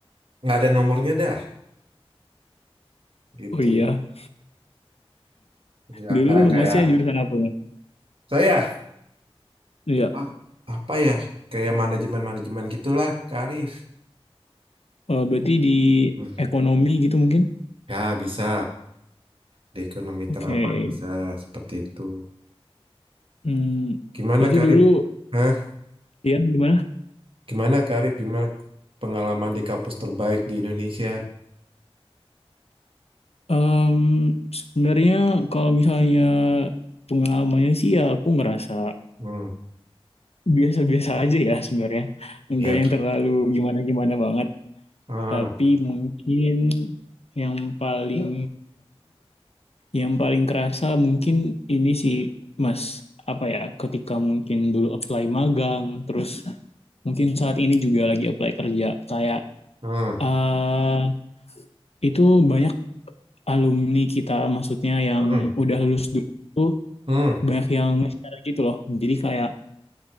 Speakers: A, on the right; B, on the left.
A: nggak ada nomornya dah, gitu.
B: Oh iya,
A: Ya,
B: dulu
A: kayak, kayak
B: Masnya jurusan apa Mas?
A: saya
B: Iya,
A: a- apa ya, kayak manajemen-manajemen gitulah, Karif.
B: eh, berarti di
A: Hmm.
B: ekonomi gitu mungkin?
A: Ya bisa di ekonomi
B: Oke,
A: terapan bisa seperti itu.
B: Hmm,
A: Gimana
B: berarti
A: Karif?
B: dulu
A: Hah?
B: ya gimana?
A: Gimana Karif? Gimana pengalaman di kampus terbaik di Indonesia?
B: Em, sebenarnya kalau misalnya pengalamannya sih ya aku ngerasa
A: Hmm.
B: biasa-biasa aja ya sebenarnya,
A: Ya.
B: nggak yang terlalu gimana-gimana banget.
A: Ah,
B: Tapi mungkin yang paling Yang paling kerasa mungkin ini sih Mas, apa ya, ketika mungkin dulu apply magang, terus <laughs> mungkin saat ini juga lagi apply kerja, kayak
A: ah,
B: eh itu banyak alumni kita, maksudnya yang
A: hmm,
B: udah lulus dulu tuh
A: hmm, hmm.
B: banyak yang share gitu loh. Jadi kayak